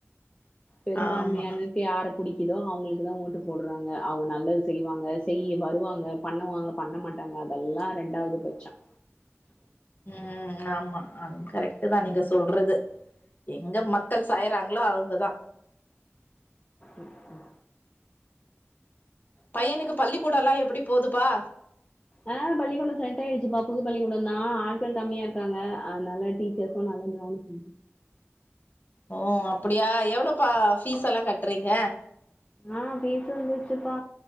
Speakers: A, on the left; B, on the left.
A: பெரும்பான்மையான
B: ஆமா
A: யார புடிக்குதோ அவங்ளுக்கு தா ஓட்டு போடுறாங்க அவங்க நல்லது செய்வாங்க செய்யி வருவாங்க பண்ணுவாங்க பண்ண மாட்டாங்க அதெல்லா ரெண்டாவது பட்சம்
B: ம் ஆமா அ கரெக்ட்டு தா நீங்க சொல்றது எங்க மக்கள் சாய்றாங்களோ அவங்கதா
A: ம் ம்
B: பையனுக்கு பள்ளி கூடலா எப்டி போதுபா
A: ஆ பள்ளிக்கூடம் செட் ஆயிடுச்சுப்பா புது பள்ளிக்கூடம் தா ஆட்கள் கம்மியா இருக்காங்க அனால டீ ச்சர்ஸ்சும் நல்லா கவனிக்கி
B: ஓ அப்டியா எவ்ளோ பா ஃபீஸ் எல்லா கட்றீங்க
A: ஆ ஃபீஸ்சு வந்துச்சுப்பா